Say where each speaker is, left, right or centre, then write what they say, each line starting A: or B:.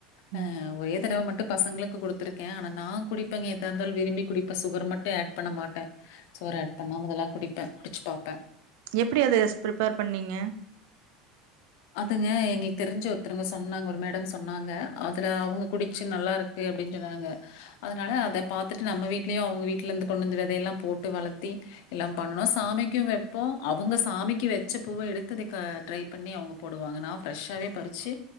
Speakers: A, on the left (about 70°); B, on the right (about 75°).
A: ஆ
B: ம்
A: ஒரே தடவ மட் ட்டு பசங்களுக்கு குடுத்திருக்கேன் ஆனா நான் குடிப்பேன் எதா இருந்தாலும் விரும்பி குடிப்பேன் சுகர் மட்டும் ஏட் பண்ண மாட்டேன் சுகர் ஏட் பண்ணாம இதல்லாம் குடிப்பேன் குடிச்சு பாப்பேன்
B: எப்பிடி அது பிரப்பேர் பண்ணீங்க
A: அதுங்க எங்களுக்கு தெரிஞ்சு ஒருத்தருங்க சொன்னாங்க ஒரு மேடம் சொன்னாங்க அதுல அவுங்க குடிச்சு நல்லா இருக்கு அப்பிடின்னு சொன்னாங்க அதனால அத பாத்துட்டு நம்ம வீட்லயும் அவுங்க வீட்ல இருந்து கொண்டு வந்து வெதைய எல்லாம் போட்டு வளர்த்தி எல்லாம் பண்ணனும் சாமிக்கும் வைப்போம் அவுங்க சாமிக்கு வச்ச பூவ எடுத்ததுக்கு ட்ரை பண்ணி அவுங்க போடுவாங்க நா ஃபெர்ஷ்ஷாவே பறிச்சு